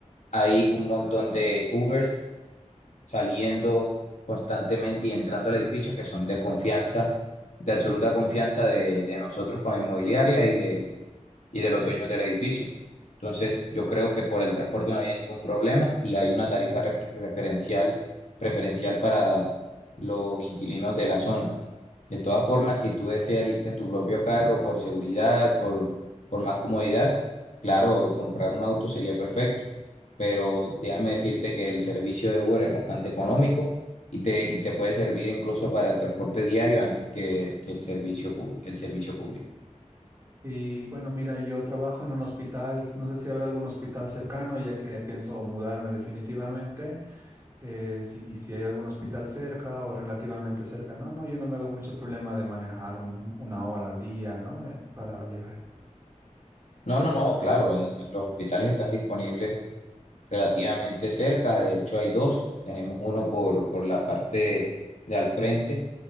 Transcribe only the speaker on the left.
hay un montón de Ubers saliendo constantemente y entrando al edificio que son de confianza, de absoluta confianza de, de nosotros como inmobiliaria y de y de los dueños del edificio. Entonces, yo creo que por el transporte no había ningún problema y hay una tarifa re- referencial, preferencial para los inquilinos de la zona. De todas formas, si tú deseas irte en tu propio carro por seguridad, por, por más comodidad, claro, comprar un auto sería perfecto, pero déjame decirte que el servicio de Uber es bastante económico y te, y te puede servir incluso para el transporte diario antes que, que el servicio, pub- el servicio público.
No, no, no, claro, en- los hospitales están disponibles relativamente cerca, de hecho hay dos, tenemos uno por, por la parte de al frente,